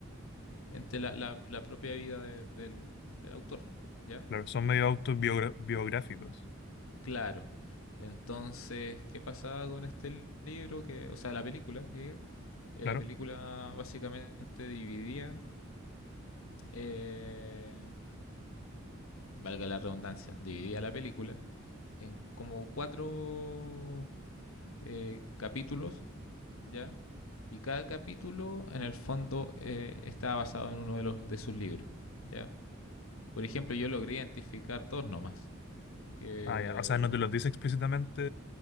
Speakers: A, on the left; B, on the left.
A: entre la, la- la propia vida de- del, del autor, ¿ya?
B: Claro, son medio autobiográficos,
A: Claro. Entonces, ¿qué pasaba con este libro? Que, o sea, la película, que diga. Eh,
B: claro.
A: la película básicamente dividía eh, valga la redundancia, dividida la película en como cuatro eh, capítulos, ¿ya? Y cada capítulo, en el fondo, eh, está basado en uno de, los, de sus libros, ¿ya? Por ejemplo, yo logré identificar dos nomás, que...
B: Ah, ya. O sea, no te los dice explícitamente